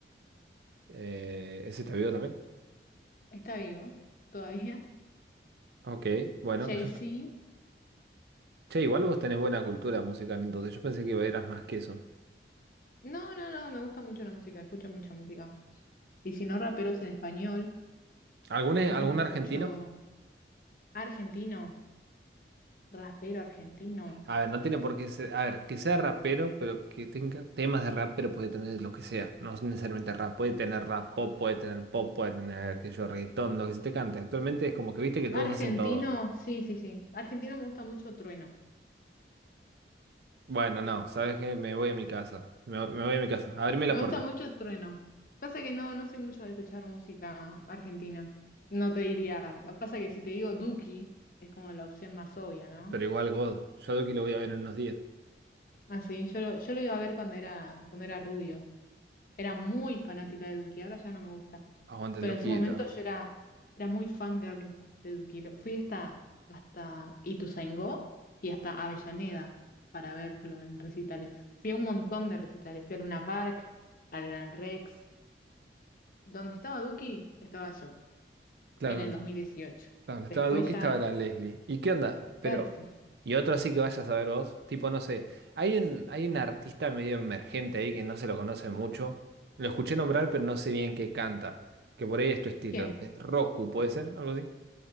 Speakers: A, on the right; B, on the left.
A: Eh, ¿ese está vivo también?
B: está vivo todavía.
A: Ok, bueno.
B: <laughs> Jay-Z.
A: <laughs> Che, igual vos tenés buena cultura musical, entonces yo pensé que eras más que eso.
B: No, no, no, me gusta mucho la música, escucho mucha música. Y si no raperos en español,
A: ¿Algún, algún
B: a mí me gusta
A: argentino?
B: mucho argentino, rapero argentino.
A: A ver, no tiene por qué ser. A ver, que sea rapero, pero que tenga temas de rap, pero puede tener lo que sea. No es necesariamente rap, puede tener rap pop, puede tener pop, puede tener que yo reggaetón, lo que se te cante. Actualmente es como que viste que todos
B: Argentino,
A: hacen todo.
B: sí, sí, sí. Argentino me gusta mucho Trueno.
A: Bueno, no, sabes que me voy a mi casa. Me, me voy a mi casa. Abrime la
B: Me
A: puerta.
B: gusta mucho Trueno. Pasa que no, no soy mucho de escuchar música argentina. No te diría. Pasa que si te digo Duki, es como la opción más obvia, ¿no?
A: Pero igual, God, yo creo que lo voy a ver en unos días.
B: Así, yo lo, yo lo iba a ver cuando era, cuando era rubio. Era muy fanática de Duki, ahora ya no me gusta.
A: Aguante,
B: Pero
A: el Luquita.
B: en su momento yo era, era muy fangirl de Duki. Lo- Fui hasta, hasta Ituzaingó y hasta Avellaneda para verlo en recitales. Fui a un montón de recitales. Fui al Luna Park, al Gran Rex. Donde estaba Duki, estaba yo.
A: Claro,
B: en el dos mil dieciocho
A: claro, estaba
B: Después
A: Duki,
B: ya,
A: estaba la Leslie. ¿Y qué onda? Pero,
B: claro, sí.
A: y otro sí que vayas a saber vos. Tipo, no sé. Hay un, hay un artista medio emergente ahí que no se lo conoce mucho. Lo escuché nombrar, pero no sé bien qué canta. Que por ahí es tu estilo.
B: ¿Quién?
A: Eh, Roku, ¿puede ser? Algo así.